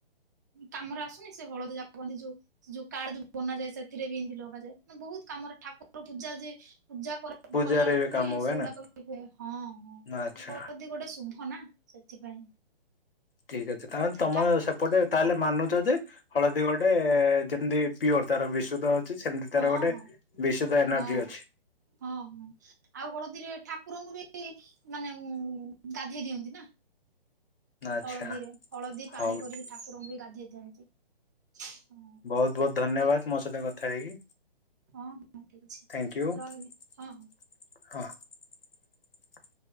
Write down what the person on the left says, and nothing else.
ପୂଜାରେ
କାମ ହୁଏ
ନା
ଆଚ୍ଛା
ଠିକ ଅଛି ତା ତମର
ସେପଟେ ତାହେଲେ ମାନୁଚ ଯେ ହଳଦୀ ଗୋଟେ ବେ ଯେମିତି ପିଓର ତାର ବିଶୁଦ୍ଧ ଅଛି ସେମିତି
ତାର ଗୋଟେ
ବିଶୁଦ୍ଧ ଏନର୍ଜି
ଅଛି
ଆଚ୍ଛା
ହଉ
ବୋହୁତ ବୋହୁତ ଧନ୍ୟବାଦ। ମୋ ସହିତ କଥା ହେଇକି
ଥାଙ୍କ୍ୟୁ
ହଁ। <unintelligible>